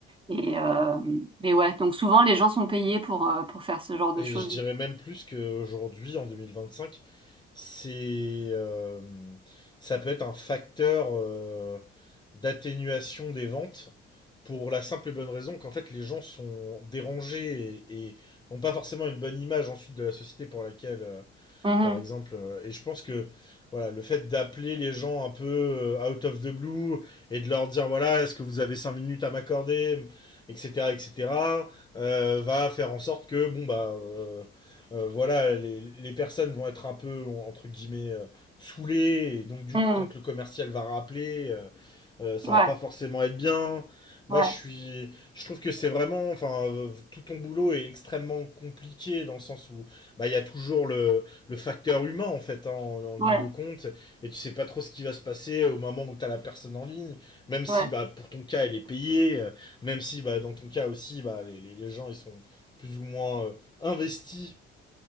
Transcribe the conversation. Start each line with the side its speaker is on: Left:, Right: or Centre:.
Right: Et euh, mais ouais, donc souvent les gens sont payés pour euh, pour faire ce genre de
Left: Et
Right: choses.
Left: je dirais même plus qu'aujourd'hui, en 2025, c'est, euh, ça peut être un facteur euh, d'atténuation des ventes pour la simple et bonne raison qu'en fait les gens sont dérangés et, et n'ont pas forcément une bonne image ensuite de la société pour laquelle euh,
Right: Mhm.
Left: par exemple. euh, Et je pense que voilà, le fait d'appeler les gens un peu euh, out of the blue et de leur dire voilà, est-ce que vous avez 5 minutes à m'accorder, etc., etc., euh, va faire en sorte que bon bah euh, euh, voilà, les, les, personnes vont être un peu entre guillemets euh, saoulées et donc du
Right: Mhm.
Left: coup quand le commercial va rappeler. Euh, euh, ça
Right: Ouais,
Left: va pas forcément être bien.
Right: ouais,
Left: Moi, je suis, je trouve que c'est vraiment, enfin, euh, tout ton boulot est extrêmement compliqué dans le sens où, bah, il y a toujours le, le facteur humain en fait hein, en, en,
Right: ouais,
Left: ligne de compte et tu sais pas trop ce qui va se passer au moment où t'as la personne en ligne même si
Right: ouais,
Left: bah pour ton cas elle est payée euh, même si bah dans ton cas aussi bah les, les les gens ils sont plus ou moins euh, investis